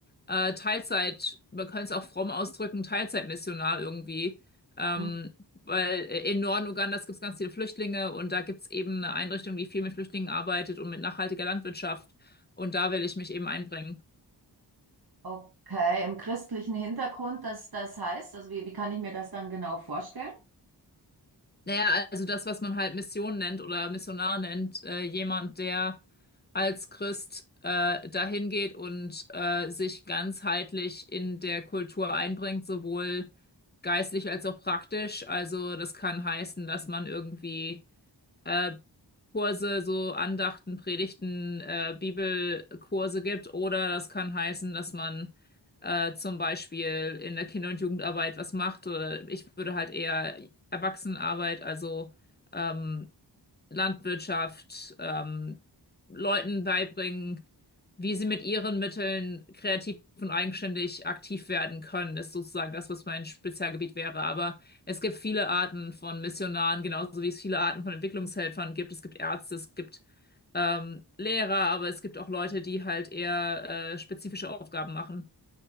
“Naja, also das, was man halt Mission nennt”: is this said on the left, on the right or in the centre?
Left